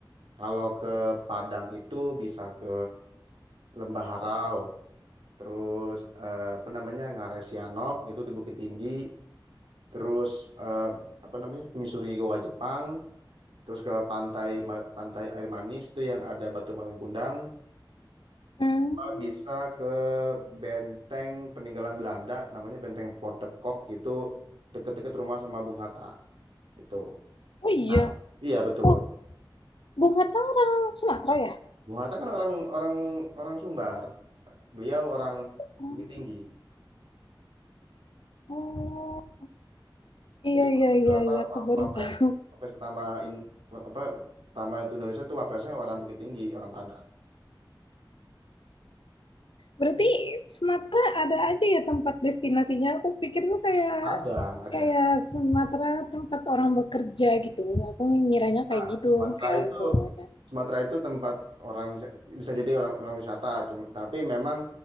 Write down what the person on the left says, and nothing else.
Hmm.
Oh iya.
Oh, Bung Hatta orang Sumatera ya?
Hmm.
Oh, iya,
iya, iya,
iya. Aku
baru
tahu.
Berarti Sumatera ada aja ya tempat destinasinya. Aku pikir tuh kayak
kayak Sumatera tempat orang bekerja gitu. Aku ngiranya
kayak gitu
kayak
semuanya.